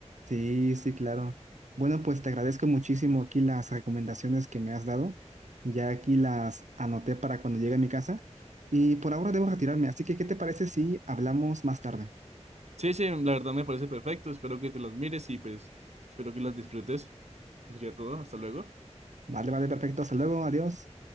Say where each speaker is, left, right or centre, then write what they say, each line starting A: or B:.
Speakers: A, on the right (about 90°); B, on the right (about 65°).
A: Sí, sí, claro. Bueno, pues te agradezco muchísimo aquí las recomendaciones que me has dado. Ya aquí las anoté para cuando llegue a mi casa. Y por ahora debo retirarme, así que ¿qué te parece si hablamos más tarde?
B: Sí, sí, la verdad me parece perfecto. Espero que te las mires y pues espero que las disfrutes. Pues sería todo. Hasta luego.
A: Vale, vale, perfecto. Hasta luego, adiós.